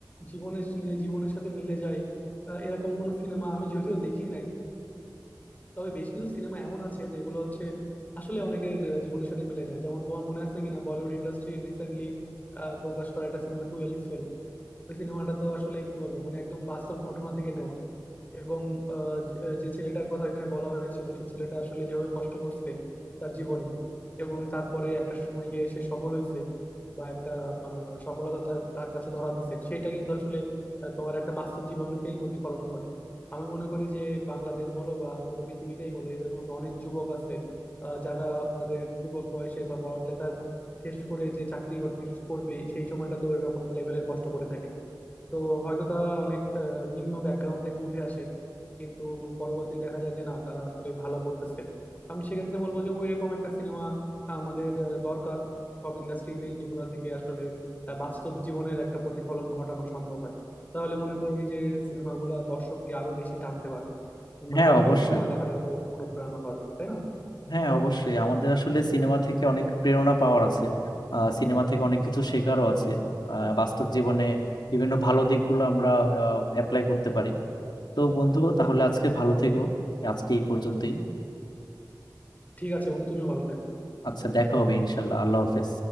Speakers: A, on the left (about 20°); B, on the left (about 80°).
A: জীবনের নিজের জীবনের সাথে মিলে যায় আহ, এরকম কোনো সিনেমা আমি যদিও দেখি নাই তবে বেশ কিছু সিনেমা এমন আছে যেগুলো হচ্ছে আসলে অনেকের আহ, জীবনের সাথে মিলে যায় যেমন তোমার মনে আছে কিনা বলিউড ইন্ডাস্ট্রি রিসেন্টলি প্রকাশ করা একটা সিনেমা টুয়েলভ ফেল ওই সিনেমাটা তো আসলে কি বলবো মানে একদম বাস্তব ঘটনা থেকে নেওয়া এবং আহ, যে যে ছেলেটার কথা এখানে বলা হয়েছিল সেই ছেলেটা আসলে যেভাবে কষ্ট করছে তার জীবনে এবং তারপরে একটা সময় গিয়ে সে সফল হয়েছে বা একটা আহ, সফলতা তার কাছে ধরা দিছে সেটা কিন্তু আসলে আহ, তোমার একটা বাস্তব জীবনকেই প্রতিফলন করে আমি মনে করি যে বাংলাদেশ বলো বা পুরো পৃথিবীতেই বলো এরকম অনেক যুবক আছে আহ, যারা তাদের যুবক বয়সে বা পড়ালেখা শেষ করে যে চাকরি বাকরি করবে সেই সময়টাতে এরকম লেভেলের কষ্ট করে থাকে তো হয়তো তারা অনেক আহ, নিম্ন ব্যাকগ্রাউন্ড থেকে উঠে আসে কিন্তু পরবর্তীতে দেখা যায় যে না তারা আসলে ভালো করতেছে আমি সেক্ষেত্রে বলবো যে ওইরকম একটা সিনেমা আমাদের আহ, দরকার সব ইন্ডাস্ট্রিতেই যেগুলো থেকে আসলে আহ, বাস্তব জীবনের একটা প্রতিফলন ঘটানো সম্ভব হয় তাহলে মনে করবি যে সিনেমাগুলো দর্শককে আরো বেশি টানতে পারবে মানে
B: হ্যাঁ
A: দর্শক
B: অবশ্যই
A: সিনেমা দেখার আরো অনুপ্রেরণা পাবে তাই না
B: হ্যাঁ অবশ্যই আমাদের আসলে সিনেমা থেকে অনেক প্রেরণা পাওয়ার আছে সিনেমা থেকে অনেক কিছু শেখারও আছে আহ, বাস্তব জীবনে বিভিন্ন ভালো দিকগুলো আমরা অ্যাপ্লাই করতে পারি তো বন্ধু তাহলে আজকে ভালো থেকো আজকে এই পর্যন্তই
A: ঠিক আছে বন্ধু তুমিও ভালো থেকো
B: আচ্ছা দেখা হবে ইনশাল্লাহ আল্লাহ হাফেজ